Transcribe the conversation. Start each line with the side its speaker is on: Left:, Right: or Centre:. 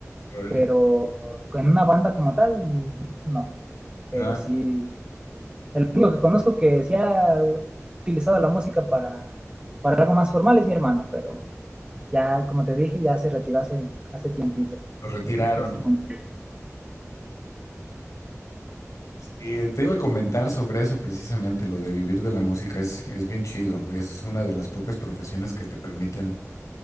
Left: Órale.
Right: pero en una banda como tal, no. Pero
Left: Nada,
Right: sí, lo que conozco que sí ha utilizado la música para, para algo más formal es mi hermano, pero ya, como te dije, ya se retiró hace, hace tiempito.
Left: lo retiraron.
Right: Ese, ese momento.
Left: Eh, te iba a comentar sobre eso precisamente, lo de vivir de la música es, es bien chido, es una de las pocas profesiones que te permiten